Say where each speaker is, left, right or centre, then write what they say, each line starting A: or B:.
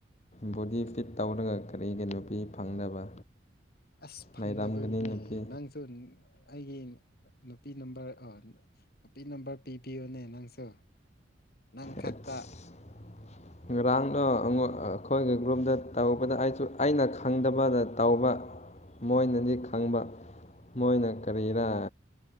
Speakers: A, on the left (about 35°); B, on the left (about 50°).
A: ꯕꯣꯗꯤ ꯐꯤꯠ ꯇꯧꯔꯒ ꯀꯔꯤꯒꯤ ꯅꯨꯄꯤ ꯐꯪꯗꯕ
B: ꯑꯁ ꯐꯪꯗꯕꯒꯤꯅꯦ
A: ꯂꯩꯔꯝꯒꯅꯤ ꯅꯨꯄꯤ
B: ꯅꯪ <unintelligible> ꯑꯩꯒꯤ ꯅꯨꯄꯤ ꯅꯝꯕꯔ ꯑ ꯅꯨꯄꯤ ꯅꯝꯕꯔ ꯄꯤꯕꯤꯌꯨꯅꯦ ꯅꯪꯁꯨ ꯅꯪ ꯈꯛꯇ
A: ꯑꯁ ꯉꯔꯥꯡꯗꯣ ꯑꯃꯨꯛ ꯑꯩꯈꯣꯏꯒꯤ ꯒ꯭ꯔꯨꯞꯗ ꯇꯧꯕꯗ ꯑꯩꯁꯨ ꯑꯩꯅ ꯈꯪꯗꯕꯗ ꯇꯧꯕ ꯃꯣꯏꯅꯗꯤ ꯈꯪꯕ ꯃꯣꯏꯅ ꯀꯔꯤꯔ